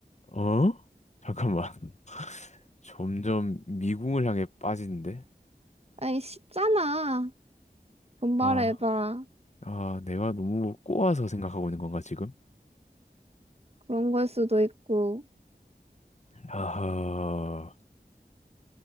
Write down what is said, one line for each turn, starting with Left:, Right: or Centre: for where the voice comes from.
Left: 어? 잠깐만 점점 미궁을 향해 빠지는데?
Right: 아이, 쉽잖아. 분발해봐.
Left: 아, 아, 내가 너무 꼬아서 생각하고 있는 건가, 지금?
Right: 그런 걸 수도 있고,
Left: 아하.